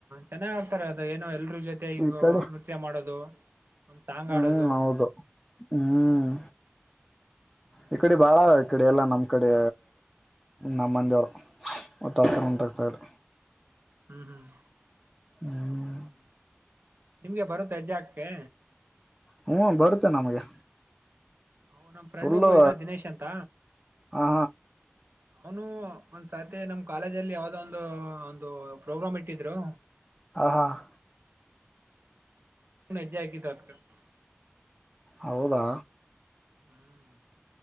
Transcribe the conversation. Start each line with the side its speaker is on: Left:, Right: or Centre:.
Right: ಚೆನ್ನಾಗ್ ಆಕ್ತಾರೆ ಅದು ಏನೋ ಎಲ್ರೂ ಜೊತೆ ಹಿಂಗ
Centre: ಈ ಕಡೆ
Right: ನೃತ್ಯ ಮಾಡೋದು. ಒಂದ್ ಸಾಂಗ್
Centre: ಹ್ಮ್,
Right: ಆಡೋದು
Centre: ಹೌದು ಹ್ಮ್
Right: ಹ್ಮ್
Centre: ಈ ಕಡೆ ಬಾಳ ಈ ಕಡೆ ಎಲ್ಲ ನಮ್ಮ್ ಕಡೆ ನಮ್ಮಂದಿಯವರು ಉತ್ತರಕರ್ನಾಟಕದ ಸೈಡ್,
Right: ಹ್ಮ್, ಹ್ಮ್,,
Centre: ಹ್ಮ್
Right: ಹ್ಮ್ ನಿಮ್ಗೆ ಬರುತಹೆಜ್ಜಾ ಹಾಕಕ್ಕೆ.,
Centre: ಹ್ಞ ಬರುತ್ತೆ ನಮಗೆ..
Right: ಹ್ಮ್, ನಮ್ ಫ್ರೆಂಡ್
Centre: ಫುಲ್ಲು
Right: ಒಬ್ಬ ಇದ್ದ ದಿನೇಶ್ ಅಂತ
Centre: ಹಾ ಹಾ
Right: ಅವನು ಒಂದ್ಸತಿ ನಮ್ ಕಾಲೇಜ ಅಲ್ಲಿ ಯಾವ್ದ ಒಂದು ಒಂದು ಪ್ರೋಗ್ರಾಮ್ ಇಟ್ಟಿದ್ರು
Centre: ಹ ಹಾ <inaudible>
Right: ನಜ್ಜ ಆಕಿ ತೋರ್ಕ <unintelligible>
Centre: ಹೌದಾ,
Right: ಹ್ಮ್,